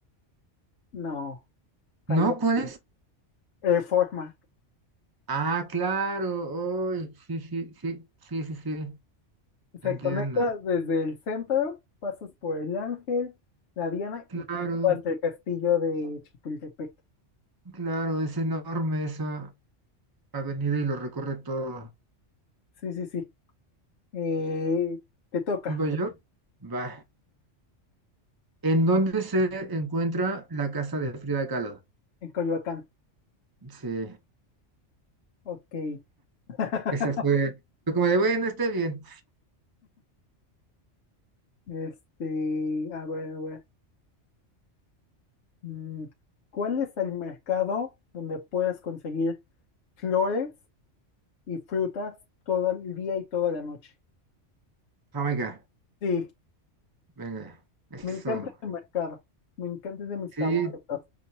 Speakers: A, on the left; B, on the right.
A: no, fallaste.
B: ¿no? ¿Cuál es?
A: Reforma.
B: Ah, claro, uy, sí, sí, sí, sí, sí, sí,
A: Se
B: entiendo.
A: conecta desde el centro, pasas por el Ángel, la Diana
B: Claro,
A: y te lleva hasta el castillo de Chapultepec.
B: Claro, es enorme esa avenida y lo recorre todo.
A: Sí, sí, sí. Eh, te toca
B: ¿Nueva York? Va. ¿En dónde se encuentra la casa de Frida Kahlo?
A: en Coyoacán.
B: Sí,
A: Ok. <laughs>
B: esa fue. Fue como de, bueno, esté bien.
A: Este, a ver, a ver. mm, ¿cuál es el mercado donde puedes conseguir flores y frutas todo el día y toda la noche?
B: Jamaica,
A: Sí,
B: venga. Eso.
A: me encanta ese mercado. Me encanta es de mis
B: Sí,
A: favoritos.